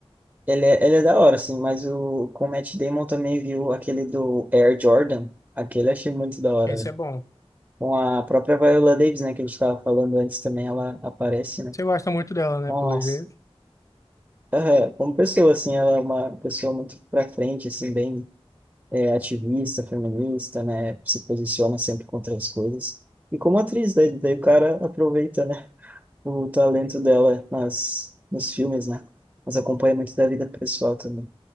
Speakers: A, on the right (about 20°); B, on the left (about 30°).
A: ele, é, ele é da hora, assim, mas o, com o Matt Damon também viu aquele do Air Jordan. Aquele eu achei muito da hora,
B: Esse
A: velho.
B: é bom.
A: Com a própria Viola Davis, né, que a gente tava falando antes também, ela aparece, né?
B: Você gosta muito dela, né,
A: Nossa,
B: pelo jeito.
A: aham, como pessoa, assim, ela é uma pessoa muito pra frente, assim, bem é ativista, feminista, né? Se posiciona sempre contra as coisas. E como atriz, daí, daí o cara aproveita, né? O talento dela nas, nos filmes, né? Mas acompanha muito da vida pessoal também.